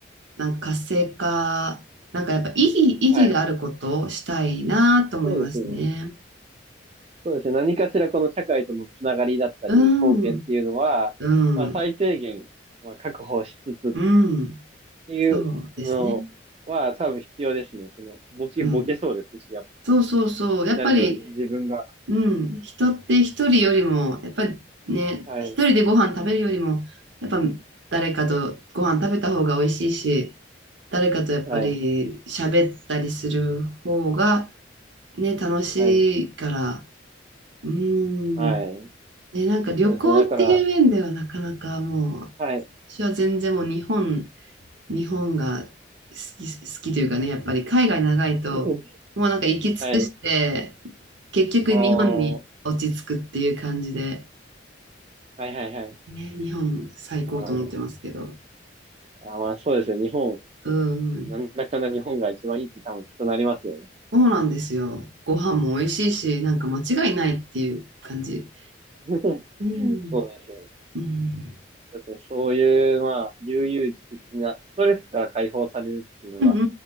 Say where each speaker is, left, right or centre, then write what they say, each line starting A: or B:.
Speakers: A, on the right; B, on the right.
A: なんか活性化、なんかやっぱ意義、意義があることをしたいなと思いますね。
B: はい。そうですね。そうですね。何かしらこの社会とのつながりだったり、
A: うん、
B: 貢献っていうのは、
A: うん、
B: まあ最低限、まあ確保しつつっ
A: うん、
B: ていうのは多分必要ですね。
A: そうですね。
B: その、ボケ、
A: うん。
B: ボケそうですし、やっぱり
A: そうそうそう。やっぱり、
B: 何より、自分が。
A: うん、人って一人よりも、やっぱりね、
B: はい、
A: 一人でご飯食べるよりも、やっぱ誰かとご飯食べた方が美味しいし、誰かとやっぱり喋ったりする方が
B: はい、
A: ね、楽しいから、
B: はい、
A: うー
B: はい。
A: ん。ね、なんか旅行っていう面ではなかなかもう、
B: そうですね。だから、はい、
A: 私は全然もう日本、日本が好き、好きというかね、やっぱり海外長いと、
B: <laughs>
A: もうなんか行き尽くして、
B: はい、
A: 結局日本に落ち着くっていう感じで、
B: おー、はい、はい、はい。
A: ね、日本最高と思ってますけど。
B: あー、あー、まあ、そうですよ。日本、
A: うん。
B: なんだかんだ日本が一番いいって多分きっとなりますよね。
A: そうなんですよ。ご飯も美味しいし、なんか間違いないっていう感じ。
B: <laughs> そうで
A: うん。
B: すよね。
A: うん。
B: そうですね。そういう、まあ、悠々自適な、ストレスから解放されるっていうのが、
A: うんう